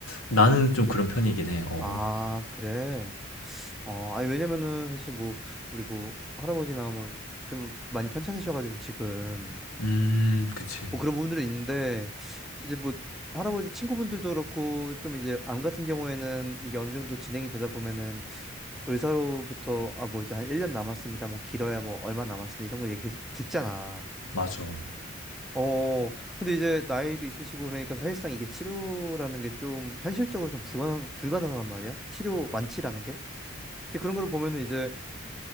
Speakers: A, on the left; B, in the centre.
A: 나는 좀 그런 편이긴 해. 어. 어.
B: 아, 그래. 어, 아니, 왜냐면은 사실 뭐, 우리 뭐, 할아버지나 뭐, 좀 많이 편찮으셔가지고 지금.
A: 음, 그치.
B: 뭐 그런 부분들은 있는데 이제 뭐 할아버지 친구분들도 그렇고 좀 이제 암 같은 경우에는 이게 어느 정도 진행이 되다 보면은 의사로부터 아 뭐 이제 한 1년 남았습니다. 뭐 길어야 뭐 얼마 남았습니다. 이런 걸 얘기 <laughs> 듣잖아.
A: 맞아.
B: 어 근데 이제 나이도 있으시고 그러니까 사실상 이게 치료라는 게 좀 현실적으로 좀 불가능 불가능한 말이야. 치료 완치라는 게. 근데 그런 걸 보면은 이제